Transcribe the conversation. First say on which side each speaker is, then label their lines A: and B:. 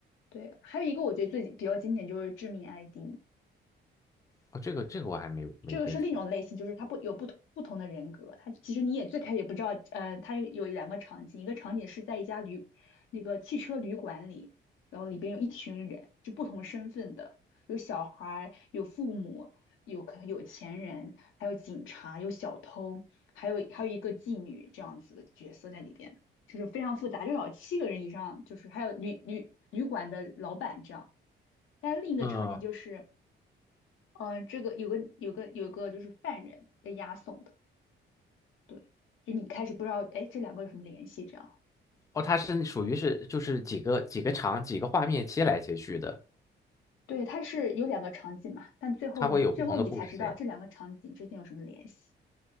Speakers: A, on the left; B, on the left.
A: 对，还有一个我觉得最比较经典就是《致命 ID》，
B: 哦，这个这个我还没有没没看。
A: 这个是另一种类型，就是它不有不同不同的人格，它其实你也最开始也不知道，呃，它有两个场景，一个场景是在一家旅那个汽车旅馆里，然后里边有一群人，就不同身份的，有小孩儿，有父母，有可有钱人，还有警察，有小偷，还有还有一个妓女这样子的角色在里边，就是非常复杂，至少七个人以上，就是还有旅旅旅馆的老板这样。但另一个场景就是，
B: 嗯，
A: 嗯、这个有个有个有个就是犯人被押送的，对，就你开始不知道，哎，这两个有什么联系？这样，
B: 哦，它是属于是就是几个几个场几个画面切来切去的，
A: 对，它是有两个场景嘛，但最后你最后你才知道这两个场景之间有什么联系。
B: 它会有不同的故事线。